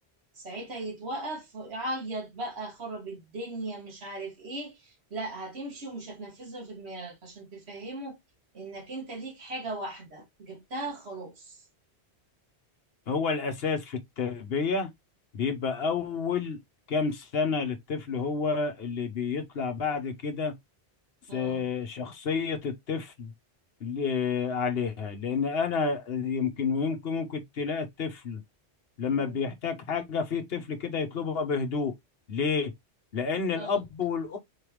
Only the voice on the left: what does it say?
هو الاساس في التربية بيبقى اول كام سنة للطفل هو اللي بيطلع بعد كده س-
شخصية الطفل ل- عليها لان انا يمكن ويمكن ممكن تلاقي الطفل لما
بيحتاج حاجة في طفل كده يطلبها بهدوء ليه؟ لأن الأب
والأم